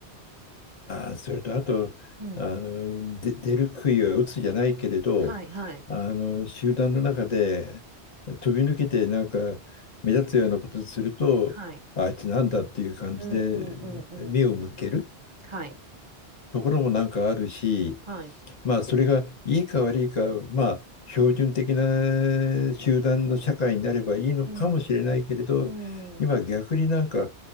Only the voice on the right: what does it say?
うん。はいはい
はい。うんうんうんうん。
はい
はい。
うん。うん。